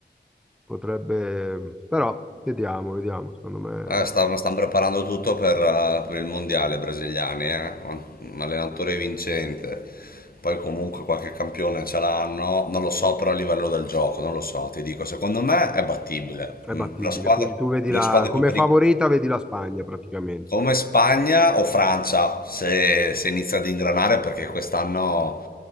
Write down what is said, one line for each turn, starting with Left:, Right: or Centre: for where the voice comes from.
Centre: potrebbe, però vediamo, vediamo, secondo me
Left: Eh, stanno, stanno preparando tutto per, eh, per il mondiale brasiliani, eh. Un allenatore vincente. Poi comunque qualche campione ce l'hanno, non lo so però a livello del gioco, non lo so, ti dico, secondo me è battibile.
Centre: è battibile.
Left: Mm, La squadra,
Centre: Quindi tu vedi
Left: le
Centre: la,
Left: squadre
Centre: come
Left: più pericolose...
Centre: favorita vedi la Spagna praticamente.
Left: Come Spagna o Francia, se, se inizia ad ingranare, perché quest'anno,